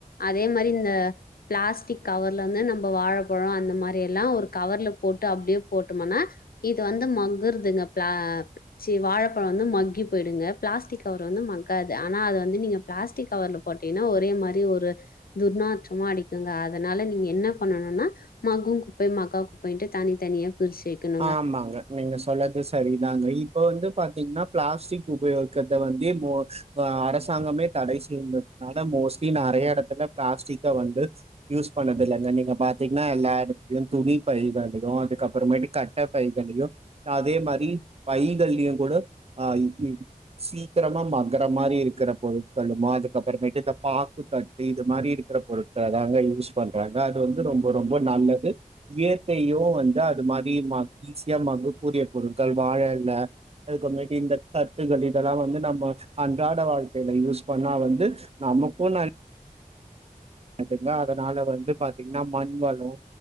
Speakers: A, on the left; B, on the right.
A: அதே மாரி இந்த பிளாஸ்டிக் கவர்ல வந்து நம்ம வாழைப்பழோ அந்த மாரிலா ஒரு கவர்ல போட்டு அப்டே போட்டமனா இது வந்து மக்குறதுங்க ஆ சி வாழப் பழோ வந்து மக்கி போய்டுங்க பிளாஸ்டிக் கவர் வந்து மக்காது ஆனா அது வந்து நீங்க பிளாஸ்டிக் கவர்ல போட்டீனா ஒரே மாரி ஒரு துர்நாற்றமா அடிக்குங்க அதனால நீங்க என்ன பண்ணணுனா மக்கு குப்பை மக்கா குப்பை ன்ட்டு தனித்தனியா பிரிச்சு வைக்கணுங்க
B: ஆமாங்க நீங்க சொல்லது சரிதாங்க இப்ப வந் ந்து பாத்தீங்னா பிளாஸ்டிக் உபயோகிக்கத வந்து இப்போ அரசாங்கமே தட செய்தததுனால மோஸ்ட்லி நறைய எடத்துல பிளாஸ்டிக்க வந்து யூஸ் பண்ணது இல்ல நீங்க பாத்தீங்னா எல்லா இத துணி பைக <unintelligible> அதுக்கப்பறமேட்டு கட்ட பைகலியு அதே மாரி பைகலியு கூட அ சீக்கரமா மக்ர மாரி இருக்கற பொருட்களுமா அதுக்கப்பறமேட்டு இந்த பாக்குத்தட்டு இது மாரி இரு <unintelligible> பொறுத் அதாங்க யூஸ் பண்ற ங்க அது வந்து ரொம்ப ரொம்ப நல்லது இயற்கையு வந்து அது மாரி ம ஈஸியா மக்க கூடிய பொருட்கள் வாழ எல அதுக்கு <unintelligible> இந்த தட்டுகள் இதெல்லா வந்து நம்ம அன்றாட வாழ்க்கைல யூஸ் பண்ணா வந்து நமக்கு நன் <unintelligible> அதனால வந்து பாத்தீங்ன்னா மண் வளோ